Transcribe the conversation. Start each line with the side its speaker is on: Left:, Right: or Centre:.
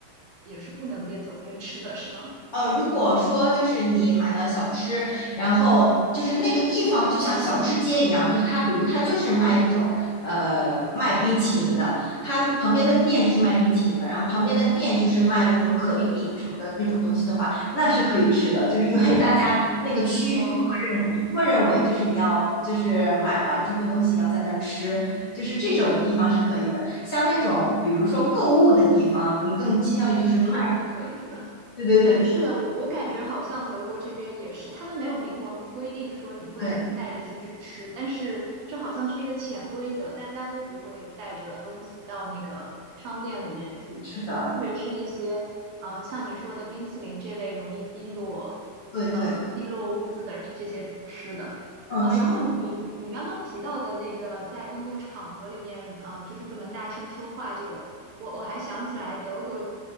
Right: 也是不能边走边吃的，是吗？
Left: 呃，如果说就是你买了小吃，然后就是那个地方就像小吃街一样，就是它，比如它就是卖那种呃卖冰淇淋的，它旁边的店就是卖冰淇淋的，然后旁边的店就是卖那种可丽饼什么的那种东西的话，那是可以吃的，就是因为大家那个区域就默认默认为就是你要就是买完之后东西要在那儿吃，
Right: 哦，
Left: 就是这种地方是可以的。像那种比如说购物的地方，你更倾向于就是卖，
Right: 是不可以，对吧？
Left: 对对对对。
Right: 哎，是的，我我感觉好像德国这边也是，他们没有明文规定说你不能带着进去吃，
Left: 对
Right: 但是这好像是一个潜规则，大家都不会带着东西到那个商店里面去吃，
Left: 是的，
Right: 特别是一些，呃，像你说的冰淇淋这类容易滴落，
Left: 对对，
Right: 呃，滴落污渍的这些吃的。
Left: 嗯是
Right: 哦，然后你你刚刚提到的那个在公共场合里面，嗯、就是不能大声说话，这个我我还想起来，德国